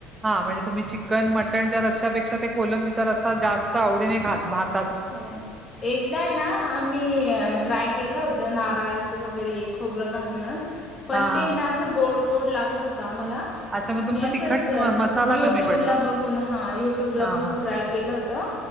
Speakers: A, on the right; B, on the left.
A: हा म्हणजे तुम्ही चिकन मटनच्या र्यापेक्षा कोलंबीचा रस्. जास्त आवडीने खात भात.
B: हो एकदा आहे ना. मी‌ ट्राय के होत नारळाच वगरे खो घालूनच पण.
A: हा हा
B: गोड गोड लागला होता मला.
A: अच्छा मग
B: आम्ही
A: तुमचा
B: असंच
A: तिखट म मसाला
B: युट्यूबला
A: कमी पडला
B: बघून हा युट्यूबला
A: हां,
B: बघून
A: हां,
B: ट्राय केलं होतं.